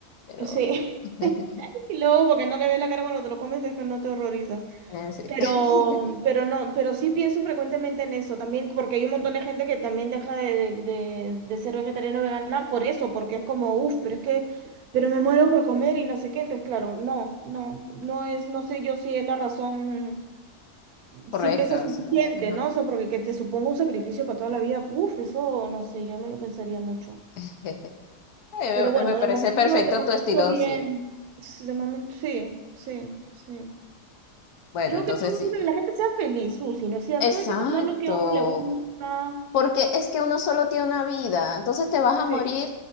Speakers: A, on the left; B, on the right.
A: pero...
B: sí,
A: <laughs>
B: <laughs> y luego porque no le ves la cara cuando te lo comes es que no te horrorizas.
A: eh, sí.
B: Pero,
A: <laughs>
B: pero no, pero sí pienso frecuentemente en eso también, porque hay un montón de gente que también deja de, de, de ser vegetariano o vegana por eso, porque es como, uff, pero es que, pero me muero por comer y no sé qué. Entonces, claro, no, no, no es, no sé yo si es la razón,
A: Correcta.
B: si pesa suficiente,
A: o sea, no sé, ajá.
B: ¿no? O sea, porque que te suponga un sacrificio para toda la vida, uff, eso no sé, yo me lo pensaría mucho.
A: <laughs> Eh,
B: Pero bueno,
A: Me me parece
B: de momento,
A: perfecto
B: de momento
A: tu estilo,
B: bien,
A: sí.
B: de momento sí, sí, sí.
A: Bueno,
B: Yo
A: entonces
B: que todo
A: sí.
B: el mundo, que la gente sea feliz, Susi, ¿no es cierto?
A: Exacto.
B: Hay que comer lo que a uno le gusta.
A: porque es que uno solo tiene una vida, entonces te vas
B: Sí.
A: a morir.